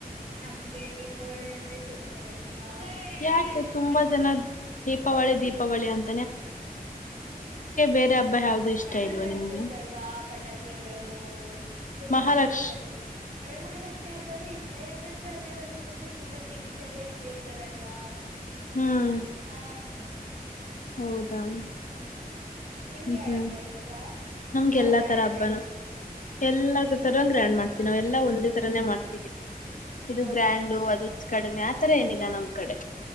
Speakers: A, on the right (about 50°); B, on the left (about 55°).
A: ನಮ್ಗೆ ದೀಪಾವಳಿ ಅಂದ್ರೆ ತುಂಬಾ ಇಷ್ ಹ ಹಿಗರೇ
B: ಯಾಕೆ ತುಂಬಾ
A: ಹೈ.
B: ಜನ ದೀಪಾವಳಿ ದೀಪಾವಳಿ ಅಂತ್ ಬೇರೆ
A: ಅದು
B: ಹಬ್ಬ ಯಾವ್ದು ಇಷ್ಟ
A: ಚೆನ್ನಾಗ್
B: ಇಲ್ವಾ
A: ಅನ್ಸುತ್ತಲ್ವಾ
B: ನಿಮ್ಗೆ
A: ಪಟಾಕಿ ಹೊಡಿಯೋದು ತುಂಬಾ
B: ಮಹಾಲಕ್ಷ
A: ದೀಪದದ್ ವರಮಹಾಲಕ್ಷ್ಮಿ ಹಬ್ಬನೂ ಇಷ್ಟ ಯಾಕಂದ್ರೆ ಅದೆ ಅದ್ರ ಮಂದೆ ತುಂಬಾ ತಿನ್ಸ ಎಲ್ಲ ಇಟ್ಟಿರ್ತಾರಲ್ವಾ.
B: ಹ್ಮ್.
A: ಹಾ
B: ಹೌದಾ.
A: ಹ್ಮ್. ನಿಮ್ಗೆ
B: ಹ್ಮ್
A: ಯಾವ
B: ಹ್ಮ್
A: ಹಬ್ಬ ಇಷ್ಟ
B: ನಮ್ಗೆ
A: ಯಾವ್ದ್
B: ಎಲ್ಲಾ
A: ಗ್ರ್ಯಾಂಡ್
B: ತರ ಹಬ್ಬಾನ
A: ಮಾಡ್ತೀರಾ
B: ಎಲ್ಲ ತರ ಗ್ರ್ಯಾಂಡ್ ಮಾಡ್ತೀವಿ ನಾವ
A: ಹಾ
B: ಎಲ್ಲಾ ಒಂದೇ ತರಾನೇ ಮಾಡ್ತೀವಿ. ಇದು
A: ಹೌದಾ
B: ಗ್ರ್ಯಾಂಡು ಅದು ಕಡಿಮೆ ಆ ತರ ಏನಿಲ್ಲ ನಮ್ ಕಡೆ